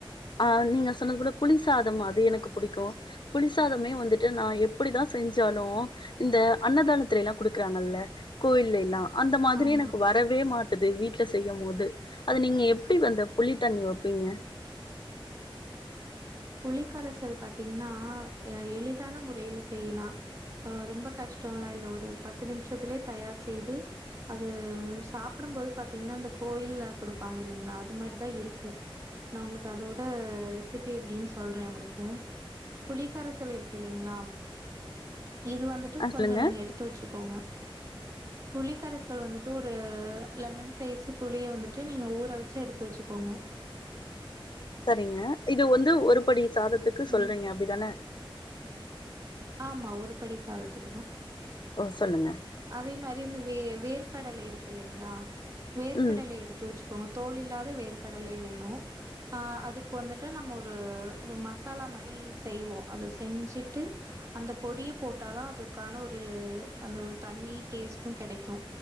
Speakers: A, on the left; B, on the right.
A: ஆ நீங்க சொன்னது போல புளி சாதம் அது எனக்கு புடிக்கு புளிசாதமே வந்துட்டு நா எப்படிதா செஞ்சாலு இந்த அன்னதானத்து எல்லா குடுக்குறாங்கல்ல கோயில எல்லா அந்த மாதிரி
B: ஆமா
A: எனக்கு வ ரவே மாட்டுது வீட்ல செய்யும்மோது அது நீங்க எப்டி வந்த புளித்தண்ணி வெப்பீங்க
B: புளி கரைசல் பாத்தீங்ன்னா அ எளிதான முறையில் செய்யிலா அ ரொம்ப கஷ்டோல இல்ல ஒரு பத்து நிமிஷத்துலே தயார் செய்து அது சாப்பிடும்போது பாத்தீங்கன்னா இந்த கோயில்ல குடுப்பாங்கில்லைங்ளா அது மாரிதா இருக்கு நா உங்களுக்கு அதோட ரெசிபி எப்டின் சொல்றே உங்களுக்கு புளிக்கரசல் இருக்கு இல்லைங்ளா இது வந்து ட்டு
A: ஆ
B: கொஞ்சோ
A: சொல்லுங்க.
B: நீங்க எடுத்து வெச்சுக்கோங்க புளிக்கரைசல் வந்துட் டு ஒரு லெமன் சைஸ் புளிய வந்துட்டு நீங்க ஊற வெச்சு எடுத்து வெச்சுக்கோங்க
A: சரிங்க இது வந்து ஒரு படி சாதத்துக்கு சொல்றீங்க
B: ம்.
A: அப்டிதான
B: ஆமா ஒரு படி சாதத்துக்குதா
A: ஓ சொல்லுங்க
B: அதே மாரி இந்த வே வேர்க்கடல இருக்கு இல்லிங்ளா வேர்க்கடல
A: ம்.
B: எடுத்து வச்சு க்கோங்க தோல் இல்லாத வேர்க்கடலே வேணு ஆ அதுக்கு வந்துட்டு நம்ம ஒரு மசாலா மாரி செய்வோ அத செஞ்சிட்டு அந்த பொடிய போட்டாதா அதுக்கான ஒரு அந்த ஒரு தன்மையு டேஸ்ட்டு கெடைக்கு